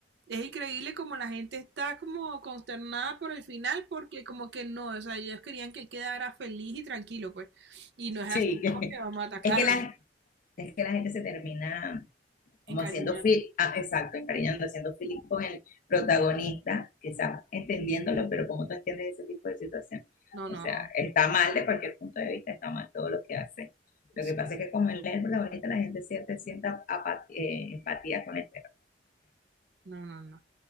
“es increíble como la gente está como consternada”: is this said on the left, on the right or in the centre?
Right